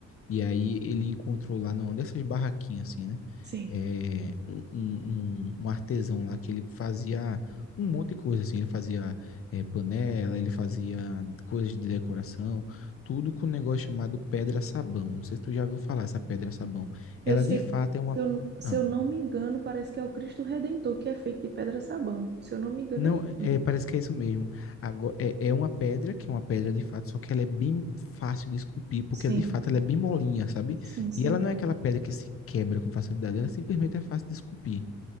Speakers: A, on the left (about 45°); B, on the right (about 35°).
A: e aí ele encontrou lá, não, dessas barraquinhas, assim, né?
B: sim.
A: é, um, um- um um artesão lá que ele fazia um monte de coisa, assim, ele fazia é, panela, ele fazia coisas de decoração, tudo com um negócio chamado pedra sabão. Não sei se tu já ouviu falar essa pedra sabão. Ela
B: Eu sei,
A: de fato é uma.
B: se eu, se
A: Ah,
B: eu não me engano, parece que é o Cristo Redentor, que é feito de pedra sabão. Se eu não me engano,
A: não,
B: é isso.
A: é, parece que é isso mesmo. Agora, é, é uma pedra, que é uma pedra de fato, só que ela é bem fácil de esculpir, porque
B: Sim,
A: ela de fato ela é bem molinha, sabe?
B: sim, sim.
A: E ela não é aquela pedra que se quebra com facilidade, ela simplesmente é fácil de esculpir.